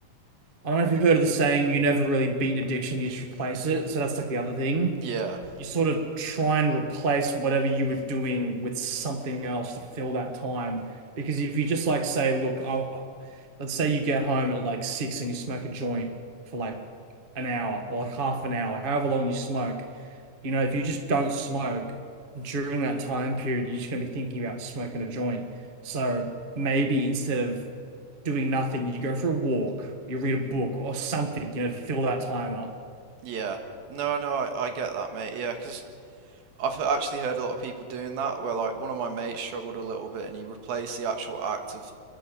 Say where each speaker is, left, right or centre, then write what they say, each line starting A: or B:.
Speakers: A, on the right (about 70°); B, on the right (about 80°).
A: I don't know if you've heard of the saying, you never really beat an addiction, you just replace it. So that's like the other thing.
B: yeah,
A: You sort of try and replace whatever you were doing with something else to fill that time. Because if you just like say, look, I'll, let's say you get home at like six and you smoke a joint for like an hour or like half an hour, however long you smoke. You know, if you just don't smoke during that time period, you're just going to be thinking about smoking a joint. So maybe instead of doing nothing, you go for a walk, you read a book or something, you know, to fill that time up.
B: yeah. No, no, I, I get that, mate. Yeah, because I've he- actually heard a lot of people doing that where, like, one of my mates struggled a little bit and he replaced the actual act of